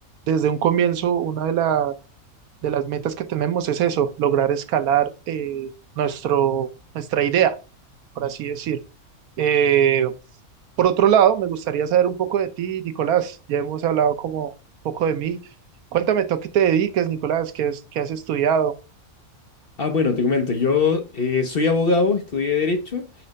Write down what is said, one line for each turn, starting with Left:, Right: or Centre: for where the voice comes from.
Right: desde un comienzo, una de las de las metas que tenemos es eso, lograr escalar eh, nuestro, nuestra idea, por así decir. Eh, por otro lado, me gustaría saber un poco de ti, Nicolás. Ya hemos hablado como un poco de mí. Cuéntame tú a qué te dediques, Nicolás, qué, es, qué has estudiado.
Left: Ah, bueno, te comento, yo eh, soy abogado, estudié Derecho,